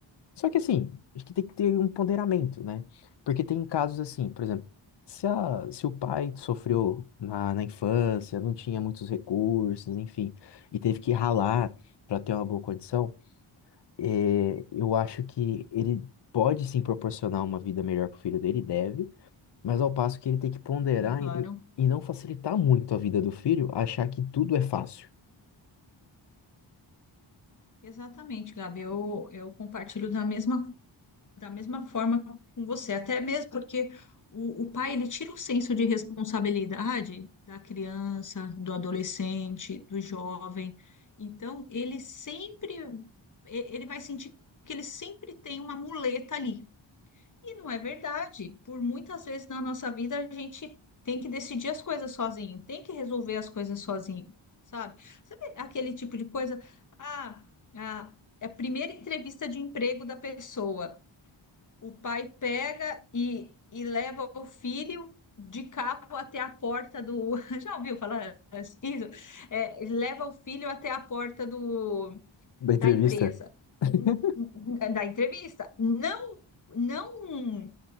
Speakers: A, on the left; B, on the left.
A: Só que assim, acho que tem que ter um ponderamento, né? Porque tem casos assim, por exemplo, se, a, se o pai sofreu na, na infância, não tinha muitos recursos, enfim, e teve que ralar para ter uma boa condição, eh, eu acho que ele pode sim proporcionar uma vida melhor pro filho dele, deve, mas ao passo que ele tem que ponderar
B: Sim, claro.
A: e, e não facilitar muito a vida do filho, achar que tudo é fácil.
B: Exatamente, Gabi, eu, eu compartilho da mesma da mesma forma com você, até mesmo porque o, o pai ele tira o senso de responsabilidade da criança, do adolescente, do jovem. Então, ele sempre e- ele vai sentir que ele sempre tem uma muleta ali. E não é verdade. Por muitas vezes na nossa vida a gente tem que decidir as coisas sozinho, tem que resolver as coisas sozinho, sabe? Sabe aquele tipo de coisa? Ah, ah, é a primeira entrevista de emprego da pessoa o pai pega e, e leva o filho de carro até a porta do. <laughs> Já ouviu falar isso? É, leva o filho até a porta do,
A: Da entrevista.
B: da empresa,
A: <laughs>
B: N- n- da entrevista. Não, não,